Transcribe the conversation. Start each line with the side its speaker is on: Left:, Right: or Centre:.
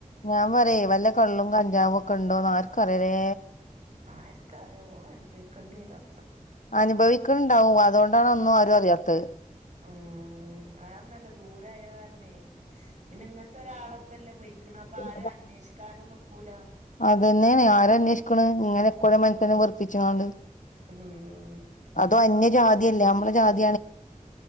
Left: ഞാൻ പറയാ വല്ല കള്ളും കഞ്ചാവും ഒക്കെ ഉണ്ടോന്ന് ആർക്ക്റിയലേ
Right: ആക്കറിയാ ഓള് അനുഭവിക്കേണ്ടിവരും
Left: അനുഭവിക്കണ്ടാവും അതുകൊണ്ടാണ് ഒന്നും ആരും അറിയാത്തത്
Right: ആഹ് അതോന്നുഅല്ലാ ദൂരായ കാരനെ പിന്നെ ഇങ്ങത്തെ ഒരാളപ്പല്ലേ പൊയിക്ക്ണെ അപ്പ ആരും
Left: ആഹ്
Right: അന്വേഷിക്കാനും നിക്കൂല
Left: അതന്നെയാണ് ആര് അന്വേഷിക്ക്ണ് ഇങ്ങനെക്കോടെ മനുഷ്യനെ വെറുപ്പി ച്ചാണ്ട്
Right: ഉം
Left: അതോ! !!!!!!!!!